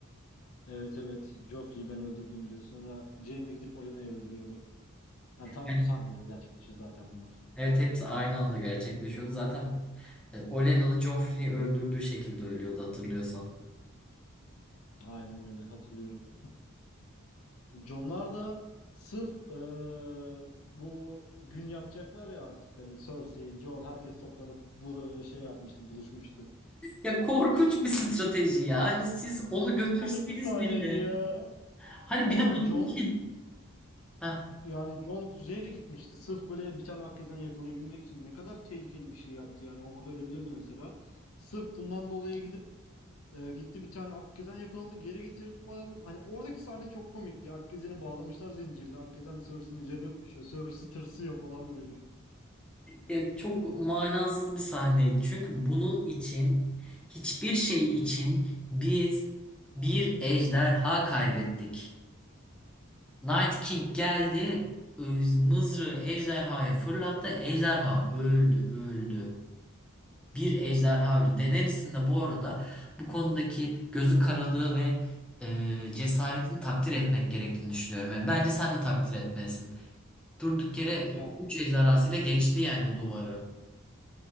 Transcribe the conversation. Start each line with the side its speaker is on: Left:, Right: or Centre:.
Left: Evet evet. Joffrey'i ben öldürdüm diyor. Sonra Jaime gidip Olena'yı öldürüyordu. Yani tam
Centre: Yani
Left: bu sahnede gerçekleşiyor zaten bunlar.
Centre: evet hepsi aynı anda gerçekleşiyordu. Zaten e, Olenna'lı Joffrey'i öldürdüğü şekilde ölüyordu hatırlıyorsan.
Left: Aynen öyle hatırlıyorum. Jonlar da sırf eee, bu gün yapacaklar ya artık hani Cersei, Jon herkes toplanıp bu şey yapmıştı, buluşmuştu.
Centre: Ya korkunç bir strateji ya. Hani siz onu
Left: Çok
Centre: götürseniz
Left: komik bir sahneydi
Centre: bile.
Left: ya.
Centre: Hani
Left: Ama
Centre: bir de bunun
Left: Jon
Centre: için. Heh.
Left: yani Jon kuzeye gitmişti. Sırf böyle bir tane Akkezen yakalayabilmek için ne kadar tehlikeli bir şey yaptı yani. Orada ölebilirdi mesela. Sırf bundan dolayı gidip Ee, gitti bir tane Akkezen yakaladı geri getirdi falan. Hani oradaki sahne çok komikti. Akkezen'i bağlamışlar zincirle. Akkezen Cersei'nin üzerine koşuyor. Cersei tırsıyor falan böyle.
Centre: Ya çok manasız bir sahneydi. Çünkü bunun için hiçbir şey için biz bir ejderha kaybettik. Night King geldi, öz- mızrağı ejderhaya fırlattı. Ejderha öldü, öldü. Bir ejderha öldü. Daenerys'in de bu arada bu konudaki gözü karalığı ve e, cesaretini takdir etmek gerektiğini düşünüyorum. Yani bence sen de takdir etmelisin. Durduk yere
Left: Ya
Centre: 3 ejderhasıyla geçti yani duvarı.